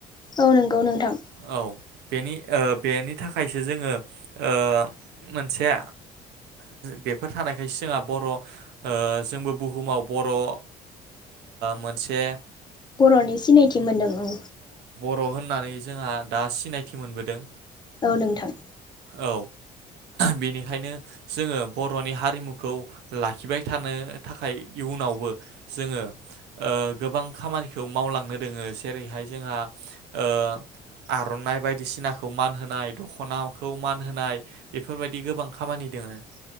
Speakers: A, on the left (about 25°); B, on the right (about 80°).
A: औ नंगौ नोंथां।
B: औ बेनि ओ बेनि थाखायसो जोंङो ओ मोनसेया बेफोर थानायखायसो जोंहा बर' ओ जोंबो बुहुमाव बर' ओ मोनसे
A: बर'नि सिनायथि मोनदों औ
B: र होननानै जोंहा दा सिनायथि मोनबोदों।
A: औ नोंथां
B: औ बेनि ओंखायनो जोंङो बर'नि हारिमुखौ लाखिबाय थानो थाखाय इयुनावबो जोंङो ओ गोबां खामानिखौ मावलांनो दोंङो जेरै हाय जोंहा ओ आर'नाइ बायदिसिनाखौ मान होनाय दख'नाखौ मान होनाय बेफोरबायदि गोबां खामानि दोंङो।